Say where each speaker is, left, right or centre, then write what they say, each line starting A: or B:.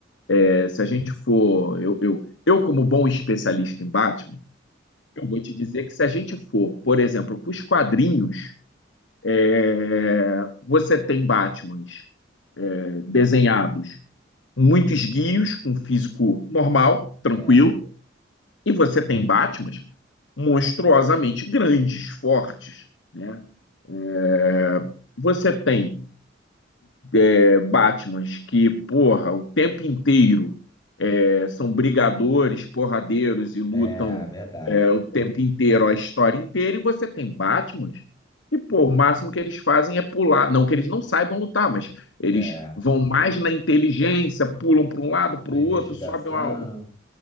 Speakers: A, on the left; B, on the left.
A: É, se a gente for. Eu, eu, eu, como bom especialista em Batman, eu vou te dizer que se a gente for, por exemplo, para os quadrinhos, é, você tem Batmans é, desenhados muito esguios, com físico normal, tranquilo
B: é,
A: E você tem Batmans monstruosamente grandes, fortes. Né? É, você tem é, Batmans que, porra, o tempo inteiro é, são brigadores, porradeiros e lutam
B: é, verdade.
A: é, o tempo inteiro, a história inteira, e você tem Batmans que, pô, o máximo que eles fazem é pular. Não que eles não saibam lutar, mas eles
B: É,
A: vão mais na inteligência, pulam para um lado, para
B: na
A: o outro,
B: investigação.
A: sobem uma.